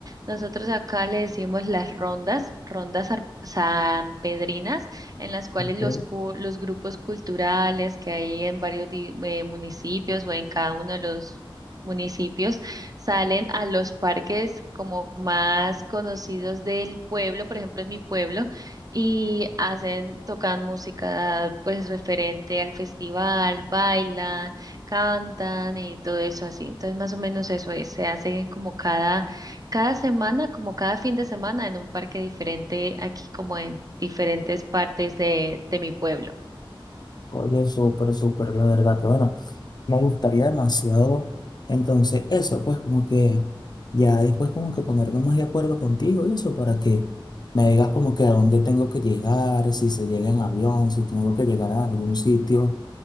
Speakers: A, on the right; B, on the left.
A: nosotros acá le decimos las rondas, rondas ar- sanpedrinas, en las cuales
B: ¿ok?
A: los, ju- los grupos culturales que hay en varios di- eh, municipios o en cada uno de los municipios salen a los parques como más conocidos del pueblo, por ejemplo, en mi pueblo, y hacen, tocan música pues referente al festival, bailan, cantan y todo eso así. Entonces, más o menos eso es, se hace como cada cada semana, como cada fin de semana, en un parque diferente, aquí como en diferentes partes de, de mi pueblo.
B: Oye, súper, súper, la verdad, que bueno. Me gustaría demasiado. Entonces, eso, pues como que ya después como que ponerme más de acuerdo contigo y eso para que me digas como que a dónde tengo que llegar, si se llega en avión, si tengo que llegar a algún sitio